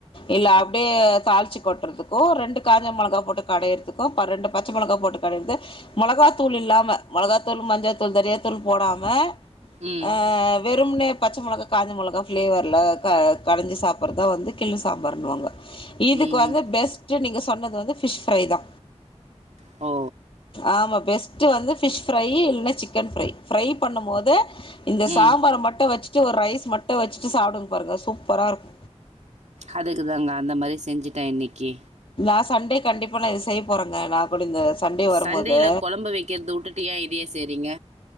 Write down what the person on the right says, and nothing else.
ம்.
ம்ஹ்ம்.
ஓ
ம்
அதுக்கு தாங்க அந்த மாரி செஞ்சுட்டே இன்னைக்கி
சண்டேல கொழம்பு வைக்கிறத விட்டுட்டு ஏ இதையே செய்ரிங்க